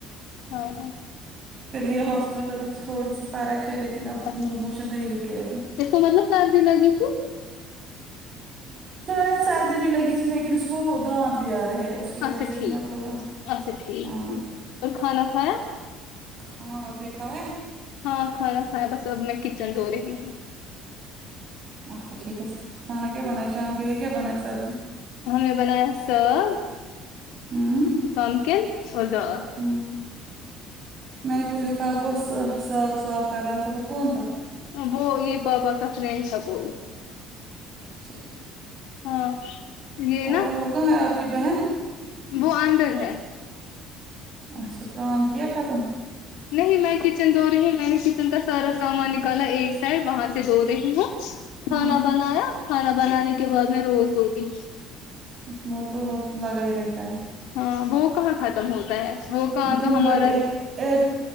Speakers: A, on the left; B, on the right.
A: ہاں ہاں
B: پے لیے ہاسپٹل ابھی تھوڑی سی فارق ہے لیکن اب
A: اچھا
B: لوز موشن نہیں رکے ابھی
A: اس کو مطلب سردی لگی تھی
B: شاید سردی بھی لگی تھی لیکن اس کو دانت بھی آ رہے اس کی وجہ
A: اچھا
B: سے بھی
A: ٹھیک
B: مت ہوگا
A: اچھا ٹھیک
B: ہاں
A: ٹھیک اور کھانا کھایا
B: ہاں ابھی کھائے
A: ہاں کھانا کھایا بس اب میں کچن دھو رہی ہو
B: اچھا ٹھیک ہے کھانا کیا بنائے شام کے لیےکیا بنائے سبزی
A: ہم نے بنایا سگ
B: ہوں
A: پمکین اور دال
B: ہوں میں نے کوئی دیکھا صاف صاف کر رہا تھا وہ کون تھا
A: ہاں وہ یے پاپا کا فرینڈ تھا کوئی
B: سب ٹھیک
A: ہاں یہ نا
B: اور وہ کہاں ہے آپ کی بہن
A: وہ اندر ہے
B: اچھا کام کیا ختم
A: نہیں میں کچن دو رہی ہوں میں نے کچن کا سارا سامان نکالا ایک سائڈ وہاں سے دو رہی ہوں کھانا
B: ہوں
A: بنایا کھانا بنانے کے بعد میں روز دھوتی
B: اس میں تو وقت لگا ہی رہتا ہے
A: ہاں وہ کہاں ختم ہوتا ہے وہ کام
B: دن
A: تو ہمارا
B: بھر ایک ایک